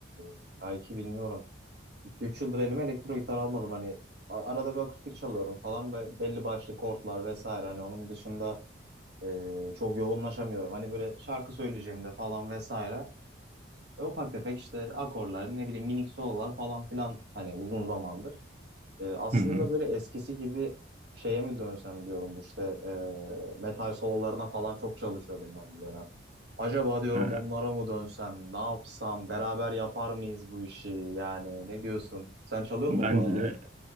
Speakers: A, on the right; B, on the right.
A: e, belki bilmiyorum. iki Üç yıldır elime elektro gitar almadım. Hani a- arada bir akustik çalıyorum falan. Be- belli başlı kortlar vesaire. Hani onun dışında e, çok yoğunlaşamıyorum. Hani böyle şarkı söyleyeceğimde falan vesaire. E, ufak tefek işte akorlar, ne bileyim minik sololar falan filan hani uzun zamandır. E, aslında
B: Hı hı.
A: böyle eskisi gibi şeye mi dönsem diyorum işte e, metal sololarına falan çok çalışıyordum ben bu dönem. Acaba diyorum
B: <laughs>
A: onlara mı dönsem, ne yapsam, beraber yapar mıyız bu işi yani ne diyorsun? Sen çalıyor
B: Bence
A: musun bu aralar?
B: de